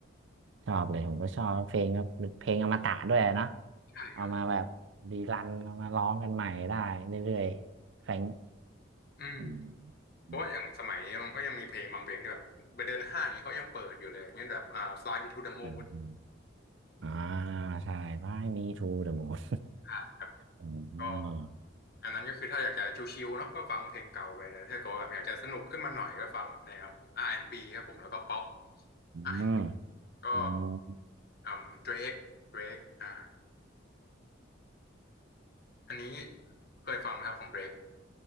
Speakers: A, on the right (about 75°); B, on the left (about 50°).
A: ชอบเลยผมก็ชอบเพลงแบบเพลงอมตะด้วยเนาะ
B: ใช่ครับ
A: เอามาแบบรีรันเอามาร้องกันใหม่ได้เรื่อยๆแฟง
B: อืม
A: อืม
B: เพราะว่าอย่างสมัยนี้มันก็ยังมีเพลงบางเพลงที่แบบไปเดินห้างอย่างเงี้ยเขายังเปิดอยู่เลยอย่างเงี้ยแบบอ่า
A: อืม
B: Fly Me to the Moon
A: อืมอ่าใช่ไม่มีทูเด <laughs> อะมูน
B: อ่าครับ
A: อื
B: ก็
A: ม
B: อันนั้นก็คือถ้าอยากจะชิลๆเนาะก็ฟังเพลงเก่าไปแต่ถ้าเก็แบบอยากจะสนุกขึ้นมาหน่อยก็ฟังแนว R&B ครับผมแล้วก็ป๊อป
A: อืม
B: R&B ก็
A: อืม
B: อืม Drake Drake อ่าอันนี้เคยฟังไหมครับของ Drake